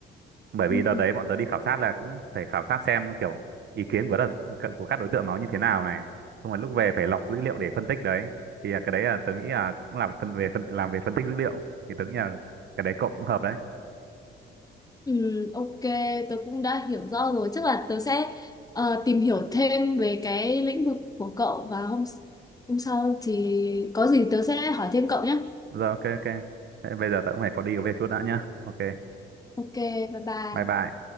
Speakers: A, on the right (about 60°); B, on the left (about 20°).
A: Bởi vì
B: ừ.
A: đợt đấy bọn tớ đi khảo sát là cũng phải khảo sát xem kiểu ý kiến của đợt, của các đối tượng nó như thế nào này. Xong rồi lúc về phải lọc dữ liệu để phân tích đấy. Thì là cái đấy là tớ nghĩ là cũng làm phân về phân làm về phân tích dữ liệu thì tớ nghĩ là cái đấy cậu cũng hợp đấy.
B: Ừ, ok, tớ cũng đã hiểu rõ rồi. Chắc là tớ sẽ ờ, tìm hiểu thêm về cái lĩnh vực của cậu và hôm hôm sau thì có gì tớ sẽ hỏi thêm cậu nhé.
A: Rồi ok ok. Thế bây giờ tớ cũng phải có đi có việc chút đã nhá. Ok.
B: Ok, bye bye.
A: Bye bye.